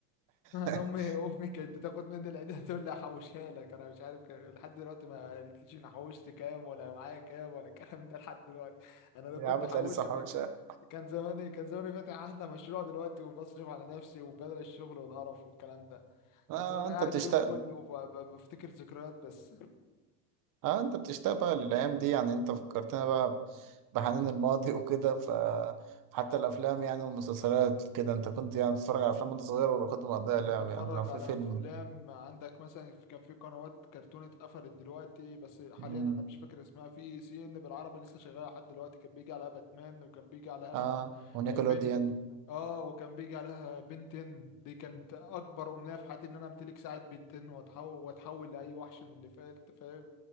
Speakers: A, on the left; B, on the right.
A: <laughs> انا
B: <laughs>
A: امي امي كانت بتاخد مني العيدية <laughs> تقول لي احوشها لك انا مش عارف كان- لحد دلوقتي ما قالتليش انا حوشت كام ولا معايا كام ولا الكلام ده لحد دلوقتي <laughs> انا لو
B: يا
A: كنت
B: عم
A: حوشت
B: تلاقي لسه محوشها
A: كان كان زماني كان زماني فاتح احلى مشروع دلوقتي وبصرف على نفسي وبدل الشغل والقرف والكلام ده
B: اه
A: كان زماني قاعد
B: انت بتشتغل
A: اليوم كله وب- ب- بفتكر ذكريات بس
B: اه انت بتشتاق بقى للايام دي يعني انت فكرتنا بقى بحنين الماضي <laughs> وكده ف حتى الافلام يعني والمسلسلات كده انت كنت يعني بتتفرج على افلام وانت صغير ولا كنت مقضيها
A: كنت
B: لعب
A: بتفرج
B: يعني لو في
A: على
B: فيلم
A: افلام عندك مثلا كان في قنوات كرتون اتقفلت دلوقتي بس حاليا
B: مم.
A: انا مش فاكر اسمها في سي ان بالعربي لسه شغاله لحد دلوقتي كان بيجي عليها باتمان وكان بيجي عليها
B: اه ونيكلوديان
A: آه، بن اه وكان بيجي عليها بنتن دي كانت اكبر امنيه في حياتي ان انا امتلك ساعه بنتن واتحول واتحول لاي وحش من اللي فات فاهم